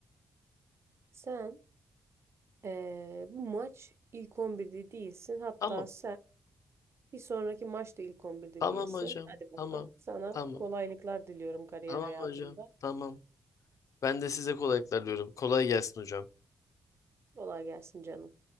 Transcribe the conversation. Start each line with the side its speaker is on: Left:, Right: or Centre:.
Right: sen eee, bu maç ilk 11'de değilsin. Hatta
Left: Tamam.
Right: sen bir sonraki maçta ilk 11'de
Left: Tamam
Right: değilsin.
Left: hocam.
Right: Hadi bakalım.
Left: Tamam.
Right: Sana
Left: Tamam.
Right: kolaylıklar diliyorum kariyer
Left: Tamam
Right: hayatında.
Left: hocam. Tamam. Ben de size kolaylıklar diyorum. Kolay gelsin hocam.
Right: Kolay gelsin canım.